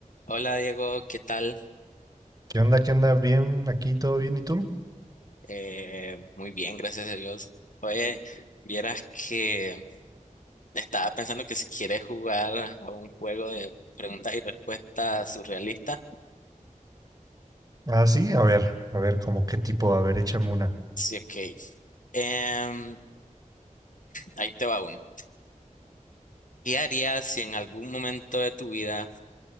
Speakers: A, on the left (about 70°); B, on the right (about 25°).
A: Hola Diego, ¿qué tal?
B: ¿Qué onda? ¿Qué onda? ¿Bien? ¿Aquí todo bien? ¿Y tú?
A: Eh, muy bien, gracias a Dios. Oye, vieras que estaba pensando que si quieres jugar a un juego de preguntas y respuestas surrealistas,
B: Ah, sí, a ver, a ver, como qué tipo, a ver, échame una.
A: sí, ok. Em, ahí te va una. ¿Qué harías si en algún momento de tu vida